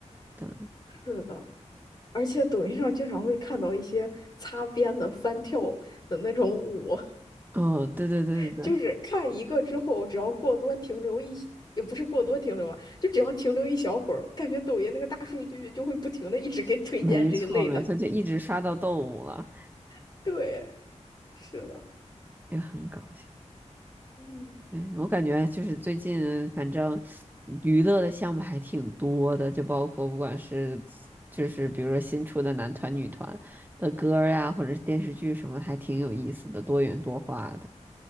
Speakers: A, on the right (about 15°); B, on the left (about 35°).
A: 对，
B: 是的。而且抖音上经常会看到一些擦边的翻跳的那种舞，
A: 哦，对对对对对，
B: <laughs> 就是看一个之后，只要过多停留一，也不是过多停留啊，就只要停留一小会儿，感觉抖音那个大数据就会不停的一直给推荐这一类的。
A: 没错没错，就一直刷到动物了，
B: <laughs> 对，是的，
A: 这个很搞笑。
B: 嗯。
A: 对，我感觉就是最近反正娱乐的项目还挺多的，就包括不管是就是比如说新出的男团、女团的歌儿呀，或者是电视剧什么，还挺有意思的，多元多化的。